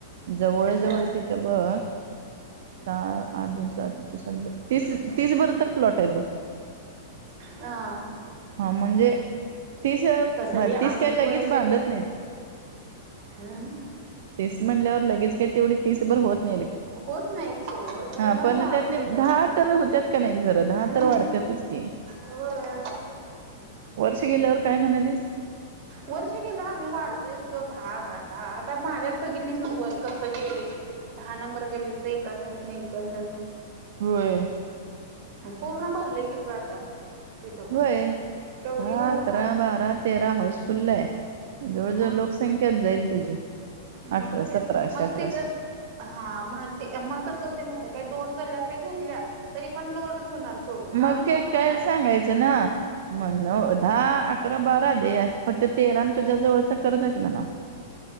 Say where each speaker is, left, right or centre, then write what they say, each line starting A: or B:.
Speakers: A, on the right (about 55°); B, on the right (about 40°).
A: जवळ
B: ह
A: जवळ तिथं बघ सहा आठ दोनी सहा.. तीस तीस भर तर प्लॉट आहेत बघ
B: हा
A: हा म्हणजे तीस
B: कसं
A: म
B: बी अनेक
A: तीस काय लगेच
B: वर्ष
A: बांधत
B: गेल
A: नाहीत
B: हम्म
A: तीस म्हटल्यावर लगेच काय तेवढी तीसभर होत
B: होत नाही सोड खरं
A: हा
B: ना
A: पण
B: सांगतो
A: त्यातले
B: ग
A: दहा तर हुत्यात कणी घर दहा
B: हम्म
A: तर वाढत्यातच की
B: होय
A: वर्ष गेल्यावर काय म्हणालीस
B: वर्ष गेलं आणि वाढतोयच ग भाग आता आता माझ्यात बघितलीस मग वर कस गेलंय दहा नंबर गल्लीच एका साईटन एकंदर
A: होय
B: पूर्ण भरलय कि गं आता तिथं पण
A: होय
B: केवढी
A: दहा
B: घरं
A: अकरा
B: व्हायला
A: बारा तेरा हाऊस फुल्ल आहे जवळ
B: मग
A: जवळ लोक संख्यात जाईल तुझी
B: मग
A: अठरा सतराशे
B: तेच मग
A: अठराशे
B: तिथंच हा मग ते मग कसं होतंय माहितय काय दोन गल्या त्या घेतल्या तरी पण लोडच होणार सोड काम
A: मग केटकाळेला
B: लोड होणार
A: सांगायचं ना
B: मग
A: म्हण दहा अकरा बारा दे फक्त तेरा आणि तुझ्या जवळचा कर जा की आहे की म्हणा